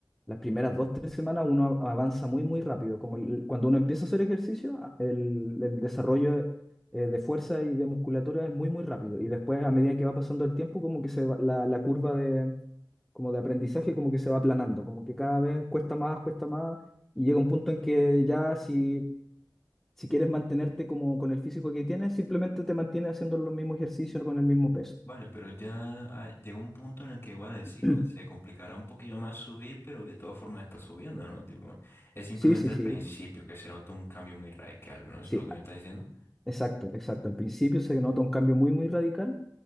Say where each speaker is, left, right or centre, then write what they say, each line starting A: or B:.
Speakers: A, in the centre; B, on the left.
A: las primeras dos, tres semanas uno a- avanza muy, muy rápido. Como el- cuando uno empieza a hacer ejercicio, a- el, el desarrollo eh, de fuerza y de musculatura es muy, muy rápido. Y después, a medida que va pasando el tiempo, como que se va- la, la curva de, como de aprendizaje como que se va aplanando, como que cada vez cuesta más, cuesta más, y llega un punto en que ya si si quieres mantenerte como con el físico que tienes, simplemente te mantienes haciendo los mismos ejercicios con el mismo peso.
B: Vale, pero ya ah, llega un punto en el que, vale, sí,
A: <clears throat>
B: con- se complicará un poquillo más subir, pero de todas formas está subiendo, ¿no? Tipo, es simplemente
A: Sí, sí,
B: al
A: sí,
B: principio que se nota un cambio muy radical, ¿no? Eso
A: sí,
B: es lo que me está diciendo.
A: exacto, exacto. Al principio se nota un cambio muy, muy radical,